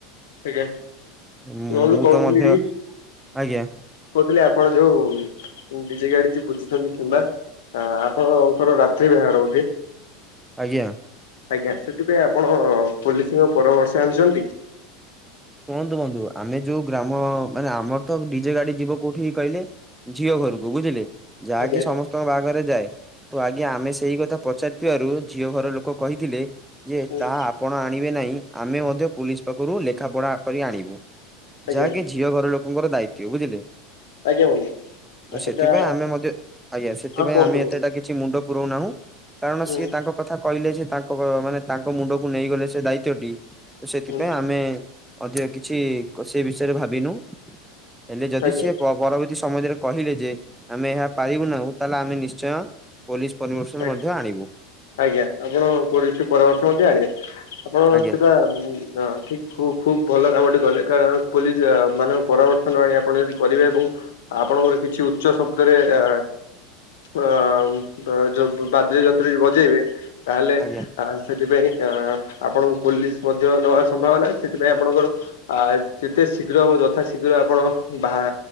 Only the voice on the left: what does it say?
ଆଜ୍ଞା
ଯୋଉ
କହୁଥିଲି
କହୁଥିଲି ଆପଣ ଯୋଉ ଡିଜେ ଗାଡି ବୁଝିଛନ୍ତି କିମ୍ବା ଆ ଆପଣଙ୍କର ରାତ୍ରି ବାହାଘର ବୋଧେ?
ଆଜ୍ଞା ସେଥିପାଇଁ ଆପଣ ପୋଲିସଙ୍କ ପରାମର୍ଶ ଆଣିଛନ୍ତି?
ଆଜ୍ଞା
ହୁଁ
ଆଜ୍ଞା
ଆଜ୍ଞା ବନ୍ଧୁ
ଆଉ ସେଟା
ହଁ କୁହନ୍ତୁ
ବନ୍ଧୁ
ହୁଁ
ହୁଁ
ଆଜ୍ଞା
ଆଜ୍ଞା
ଆଜ୍ଞା ଆପଣ ପୋଲିସ ପରାମର୍ଶ ମଧ୍ୟ ଆଣିବେ ଆପଣ
ସେଟା ମୁ ଅ ଠିକ ଖୁ ଖୁବ ଭଲ କାମଟେ କଲେ କାରଣ ପୋଲିସ ମାନଙ୍କ ପରାମର୍ଶ ନ ଆଣି ଆପଣ ଯଦି କରିବେ ଏବଂ ଆପଣଙ୍କର କିଛି ଉଚ୍ଚ ଶବ୍ଦରେ ଅ ଅ ଯୋଉ ବାଦ୍ୟ ଯନ୍ତ୍ର ଯ ବଜେଇବେ ତାହେଲେ
ଆ ସେଥିପାଇଁ ଅ ଆପଣଙ୍କୁ ପୋଲିସ ମଧ୍ୟ ନବାର ସମ୍ଭାବନା ସେଥିପାଇଁ ଆପଣଙ୍କର ଯେତେ ଶୀଘ୍ର ହବ ଯଥା ଶୀଘ୍ର ଆପଣ ବା